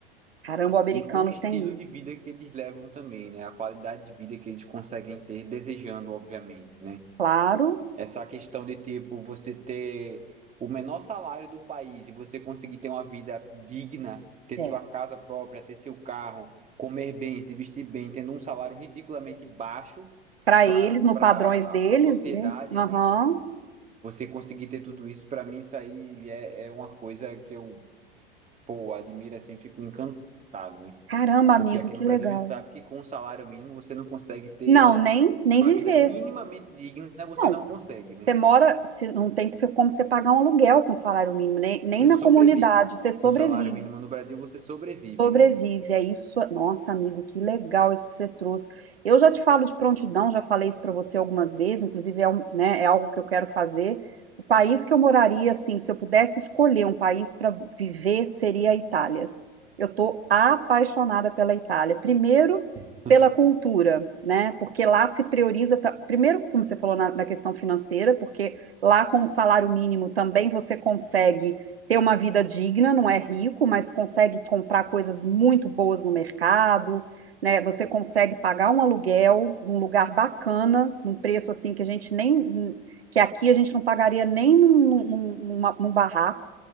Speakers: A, on the right; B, on the right.
A: caramba, o americano
B: E com o estilo
A: tem
B: de
A: isso.
B: vida que eles levam também, né? A qualidade de vida que eles conseguem ter, desejando, obviamente, né?
A: Claro,
B: Essa questão de, tipo, você ter o menor salário do país e você conseguir ter uma vida digna, ter
A: é.
B: sua casa própria, ter seu carro, comer bem, se vestir bem, tendo um salário ridiculamente baixo
A: Para
B: para
A: eles, no
B: para
A: padrões deles,
B: a sociedade,
A: né? Aham.
B: né? Você conseguir ter tudo isso, para mim, isso aí é, é uma coisa que eu, pô, admiro assim, fico encantado, né?
A: Caramba,
B: Porque
A: amigo,
B: aqui
A: que
B: no
A: legal.
B: Brasil a gente sabe que com o salário mínimo você não consegue ter
A: Não,
B: a-
A: nem nem
B: uma
A: viver.
B: vida minimamente digna, você
A: Não,
B: não consegue, né?
A: você mora, se- não tem como você pagar um aluguel com salário mínimo, nem, nem
B: Você
A: na
B: sobrevive.
A: comunidade, você sobrevive.
B: Com salário mínimo no Brasil você sobrevive,
A: Sobrevive,
B: né?
A: é isso. Nossa, amigo, que legal isso que você trouxe. Eu já te falo de prontidão, já falei isso para você algumas vezes, inclusive é, um- né, é algo que eu quero fazer. O país que eu moraria, assim, se eu pudesse escolher um país para viver, seria a Itália. Eu tô apaixonada pela Itália. Primeiro,
B: <laughs>
A: pela cultura, né? Porque lá se prioriza, ta- primeiro, como você falou na, na questão financeira, porque lá com o salário mínimo também você consegue ter uma vida digna, não é rico, mas consegue comprar coisas muito boas no mercado, né? Você consegue pagar um aluguel num lugar bacana, num preço assim que a gente nem, que aqui a gente não pagaria nem num, num- numa- num barraco,